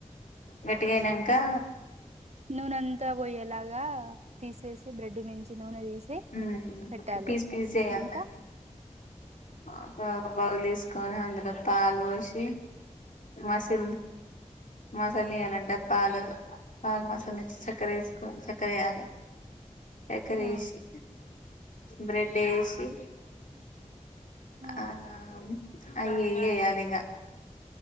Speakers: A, on the left; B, on the right.
A: గట్టిగైనంకా
B: నూనెంతా పొయ్యేలాగా తీసేసి బ్రెడ్ నుంచి నూనె తీసి
A: హ్మ్
B: పెట్టాలి
A: పీస్ పీస్ చేయ్యాలి
B: ఇంకా
A: దాన్ని ఆ బౌల్ బౌల్ తీస్ కొని అందులో పాలు పోసి మసి మసల నియ్యాలంటే పాలు పాలు మస్లనిచి చక్కెర వేసుకొ చక్కెర ఏయాలె. చక్కెర
B: ఆ
A: ఏసి బ్రెడ్ ఏసి
B: ఆ
A: ఆమ్ అయి ఇయి ఎయ్యాలిగ